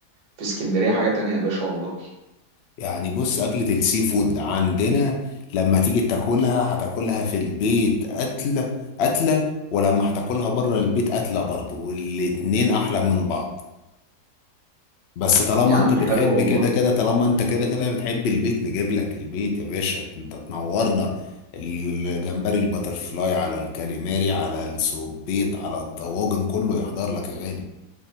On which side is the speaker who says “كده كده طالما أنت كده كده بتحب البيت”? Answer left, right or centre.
Left